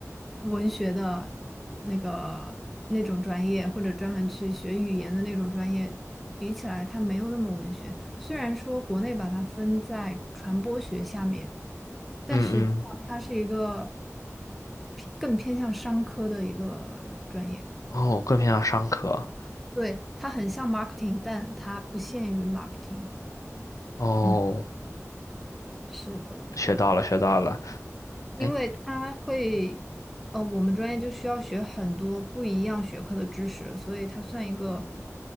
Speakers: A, in the centre; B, on the left.
A: 文学的那个那种专业，或者专门去学语言的那种专业比起来，它没有那么文学。虽然说国内把它分在传播学下面，但是它是一个
B: 嗯嗯，
A: 更偏向商科的一个专业。
B: 哦，更偏向商科。
A: 对，它很像 marketing，但它不限于 marketing。
B: 哦，
A: 嗯。是的，
B: 学到了学到了。
A: 因为它会，
B: 哎，
A: 呃，我们专业就需要学很多不一样学科的知识，所以它算一个